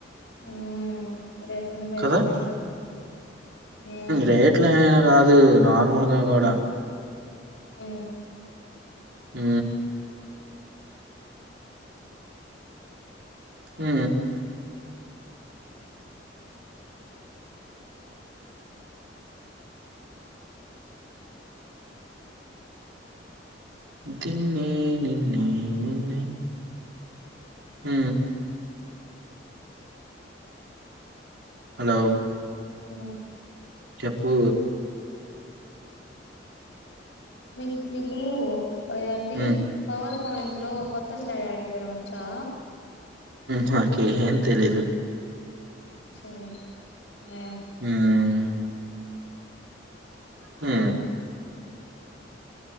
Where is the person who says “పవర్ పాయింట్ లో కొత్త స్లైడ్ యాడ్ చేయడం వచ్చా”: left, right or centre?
Left